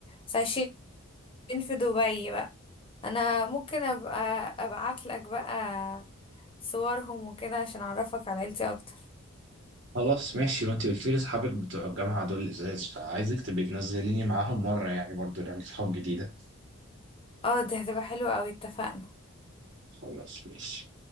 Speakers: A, on the left; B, on the right.
A: بس عايشين في دبي بقى انا ممكن ابقى ابعت لك بقى صورهم وكده عشان اعرفك على عيلتي اكتر
B: خلاص ماشي وانت قلت لي اصحابك بتوع الجامعة دول ازاز فعايزك تبقي تنزليني معاهم مرة يعني برضو نعمل صحاب جديدة
A: اه دي هتبقى حلوة اوي اتفقنا
B: خلاص ماشي